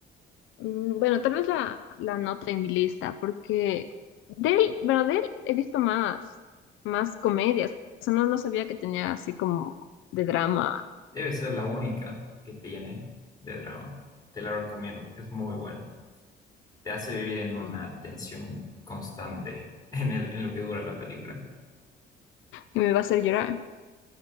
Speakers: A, on the left (about 85°); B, on the left (about 20°).
A: Mm, Bueno, tal vez la, la note en mi lista, porque de él, bueno, de él he visto más, más comedias. O sea, no, no sabía que tenía así como de drama
B: Debe ser la única que tiene de drama. Te la recomiendo, es muy buena. Te hace vivir en una
A: mm,
B: tensión constante <laughs> en el, en lo que dura la película.
A: y me va a hacer llorar.